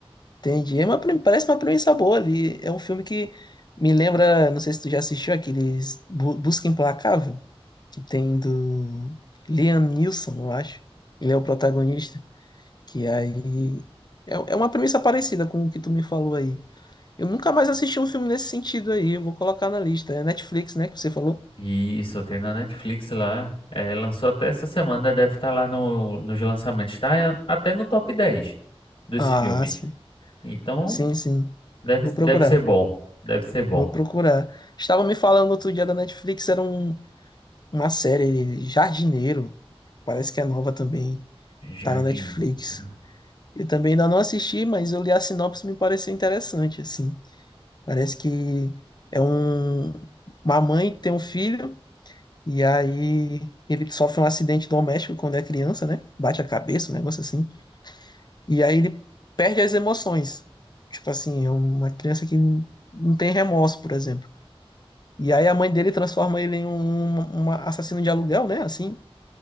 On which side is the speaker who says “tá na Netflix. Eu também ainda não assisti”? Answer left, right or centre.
Left